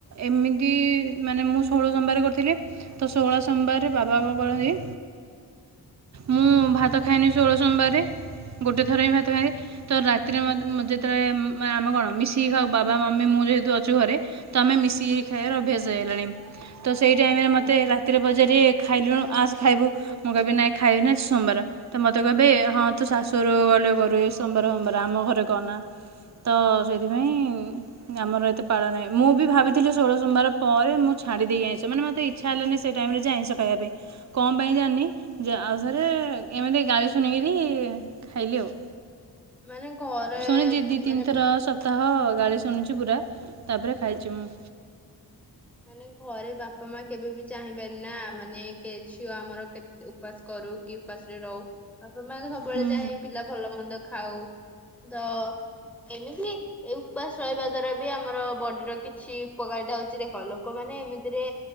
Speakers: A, on the right (about 45°); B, in the centre.
A: ଏମିତି ମାନେ ମୁଁ ଷୋହଳ ସୋମବାର କରିଥିଲି। ତ ଷୋହଳ ସୋମବାରରେ ବାବା କଣ କରନ୍ତି। ମୁଁ ଭାତ ଖାଇଏନି ଷୋହଳ ସୋମବାରରେ ଗୋଟଏ ଥର ହିଁ ଭାତ ଖାଏ। ତ ରାତିରେ ଯେତେବେଳେ ଆମେ କଣ ମିଶିକି ଖାଉ ବାବା ମମି ମୁଁ ଯେହେତୁ ଅଛୁ ଘରେ। ତ ଆମେ ମିଶିକି ଖାଇବାର ଅଭ୍ୟାସ ହେଇଗଲାଣି। ତ ସେଇ ଟାଇମରେ
B: ହୁଁ
A: ମୋତେ ରାତିରେ ପଚାରିବେ ଖାଇଲୁଣୁ ଆସ ଖାଇବୁ ମୁଁ କହିବି ନାଇଁ ଖାଇବିିନି ଆଜି ସୋମବାର। ତ ମତେ କହିବେ ହଁ ତୁ ଶାଶୁଘରୁକୁ ଗଲେ କରିବୁ ସୋମବାର ସୋମବାର ଆମ ଘରେ କହନା। ତ ସେଥିପାଇଁ ଆମର ଏତେ ପାଳ ନାହିଁ ମୁଁ ବି ଭାବିଥିଲି? ଷୋଳ ସୋମବାର ପରେ ମୁଁ ଛାଡି ଦେବି ଆଇଁଷ ମାନେ ମତେ ଇଚ୍ଛା ହେଲାଣି ସେ ଟାଇମରେ ଆଇଁଷ ଖାଇବା ପାଇଁ। କଣ ପାଇଁ ଜାଣିନି? ଯେ ଆଉଥରେ ଏମିତି ଗାଳି ଶୁଣିକିରି ଖାଇଲି ଆଉ
B: ମାନେ ଘରେ
A: ଶୁଣିଛି ଦି ତିନି
B: ମାନେ
A: ଥର ସ ସପ୍ତାହ ଗାଳି ଶୁଣୁଛି ପୁରା ତାପରେ ଖାଇଛି ମୁଁ
B: ମାନେ ଘରେ ବାପା ମା କେବେ ବି ଚାହିଁବେନି ନା ମାନେ କେ ଝିଅ ଆମର କେତେ ଉ ଉପାସ କରୁ କି ଉପାସରେ ରହୁ ବାପା ମା ସବୁବେଳେ
A: ହୁଁ
B: ଚାହେଁ ପିଲା ଭଲ ମନ୍ଦ ଖାଉ ତ ଏମିତି ଏ ଉପାସ ରହିବା ଦ୍ଵାରା ବି ଆମର ବଡିର କିଛି ଉପକାରିତା ହଉଛି ଦେଖ ଲୋକମାନେ ଏମିତିରେ